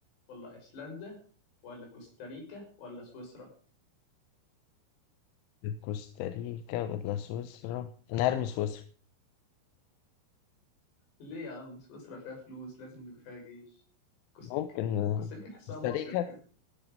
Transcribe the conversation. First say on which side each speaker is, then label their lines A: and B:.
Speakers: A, on the left; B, on the left.
A: ولا ايسلندا ولا كوستاريكا ولا سويسرا
B: كوستاريكا ولا سويسرا أنا هرمي سويسرا
A: ليه يا عم سويسرا فيها فلوس لازم يبقى فيها جيش كوستاريكا
B: ممكن آه،
A: كوستاريكا تحسها
B: كوستاريكا
A: مصيف كده